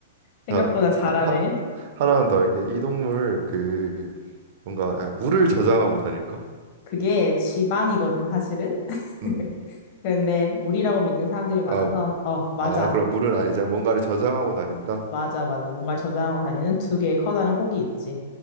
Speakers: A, on the left; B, on the right.
A: 생각보다
B: 자, 하,
A: 잘하네.
B: 하, 하나만 더 할게. 이 동물 그 뭔가 물을 저장하고 다닐까?
A: 그게 지방이거든, 사실은. <laughs>
B: 음,
A: 근데 물이라고 믿는 사람들이 많아서,
B: 아,
A: 어, 맞아.
B: 아, 그럼 물은 아니자 뭔가를 저장하고 다닌다.
A: 맞아, 맞아. 뭔가 저장하고 다니는 두 개의 커다란 혹이 있지.